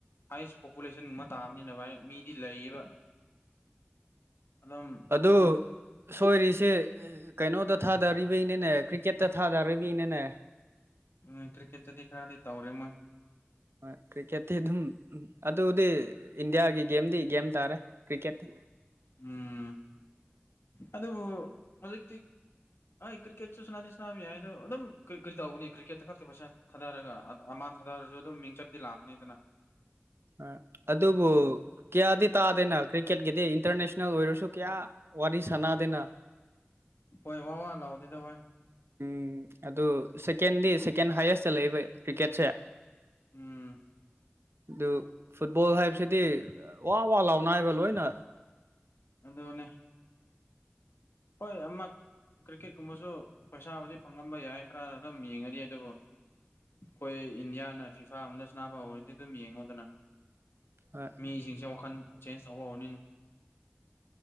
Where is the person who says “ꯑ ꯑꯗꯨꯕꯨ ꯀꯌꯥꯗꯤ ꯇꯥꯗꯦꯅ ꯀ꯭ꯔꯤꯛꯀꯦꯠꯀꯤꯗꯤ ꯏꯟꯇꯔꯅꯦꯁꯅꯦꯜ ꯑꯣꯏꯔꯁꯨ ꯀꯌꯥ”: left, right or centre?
Right